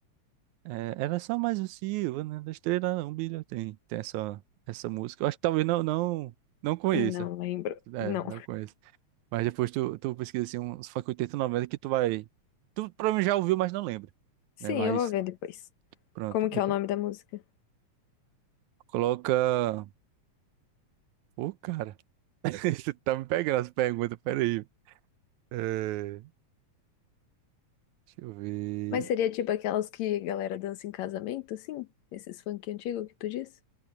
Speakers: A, on the right (about 85°); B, on the left (about 75°).
A: É, era só mais o Silva, né? Da estrela não brilha. Tem, tem essa, essa música. Eu acho que talvez não, não, não conheça.
B: Não lembro.
A: É,
B: Não.
A: não conheça. Mas depois tu, tu pesquisa assim, uns funk 80, 90 que tu vai. Tu provavelmente já ouviu, mas não lembra.
B: Sim,
A: Né? Mas
B: eu vou ver depois.
A: pronto.
B: Como
A: Depois
B: que é o nome da música?
A: coloca. Ô, cara. <laughs> Você tá me pegando as perguntas, peraí. É, deixa eu ver.
B: Mas seria tipo aquelas que a galera dança em casamento, sim? Esses funk antigo que tu disse?